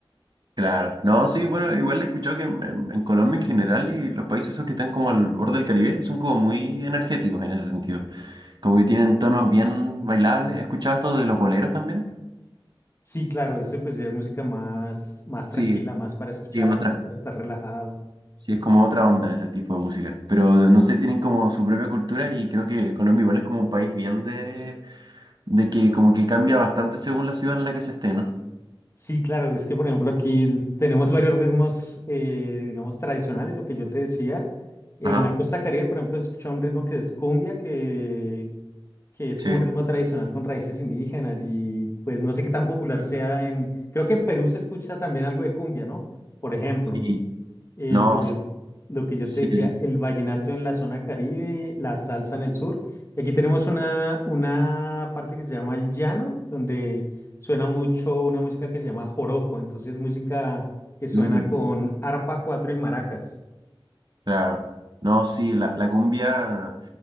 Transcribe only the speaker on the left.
Sí, claro, eso pues ya es música más, más tranquila,
más para escuchar,
más para estar relajado.
Sí, claro, es que por ejemplo aquí tenemos varios ritmos, eh, digamos, tradicionales, lo que yo te decía. En
la costa Caribe, por ejemplo, se escucha un ritmo que es cumbia, que, que es
como un ritmo tradicional con raíces indígenas y pues no sé qué tan popular sea en... Creo que en Perú se escucha también algo de cumbia, ¿no? Por ejemplo.
Eh,
lo que
yo, lo que yo
te decía, el vallenato en la zona Caribe, la salsa en el sur. Y aquí tenemos una, una parte que se llama el llano, donde suena mucho una música que se llama joropo, entonces música que suena
con arpa, cuatro y maracas.